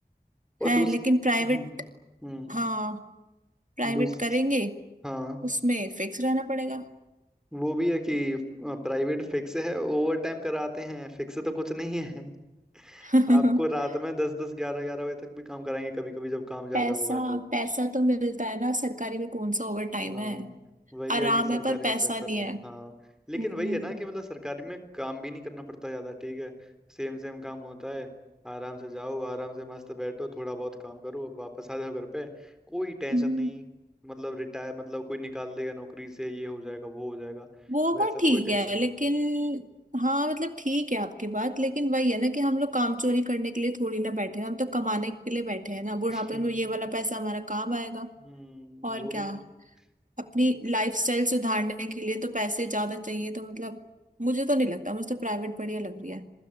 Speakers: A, in the centre; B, on the right.
A: और
B: है
A: दूस
B: लेकिन प्राइवेट
A: हम्म हम्म,
B: हाँ प्राइवेट
A: दूस
B: करेंगे
A: हाँ
B: उसमें फिक्स रहना पड़ेगा
A: वो भी है कि प्राइवेट फिक्स है ओवर टाइम कराते हैं फिक्स तो कुछ नहीं है <laughs>
B: <laughs>
A: आपको रात में दस दस ग्यारह ग्यारह बजे तक भी काम कराएंगे कभी कभी जब काम ज्यादा
B: पैसा
A: होगा तब
B: पैसा तो मिलता है ना सरकारी में कौन सा ओवर टाइम
A: हाँ
B: है
A: वही
B: आराम
A: है कि सरकारी
B: है पर पैसा
A: में पैसा
B: नहीं
A: नहीं
B: है
A: है हाँ
B: हम्म
A: लेकिन वही है ना कि मतलब सरकारी में काम भी नहीं करना पड़ता ज्यादा ठीक है सेम सेम काम होता है आराम से जाओ आराम से मस्त बैठो थोड़ा बहुत काम करो वापस आ जाओ घर पे कोई टेंशन
B: हम्म।
A: नहीं मतलब रिटायर मतलब कोई निकाल देगा नौकरी से ये हो जाएगा वो हो जाएगा
B: वो
A: वैसा
B: बात ठीक
A: कोई टेंशन
B: है
A: नहीं
B: लेकिन हाँ मतलब ठीक है आपकी बात लेकिन वही है ना कि हम लोग काम चोरी करने के लिए थोड़ी ना बैठे हैं हम तो कमाने के लिए बैठे हैं ना बुढ़ापे
A: <laughs>
B: में ये वाला पैसा हमारा काम आएगा
A: हम्म
B: और
A: वो
B: क्या
A: भी है
B: अपनी
A: हम्म।
B: लाइफस्टाइल सुधारने के लिए तो पैसे ज्यादा चाहिए तो मतलब मुझे तो नहीं लगता मुझे तो प्राइवेट बढ़िया लग रही है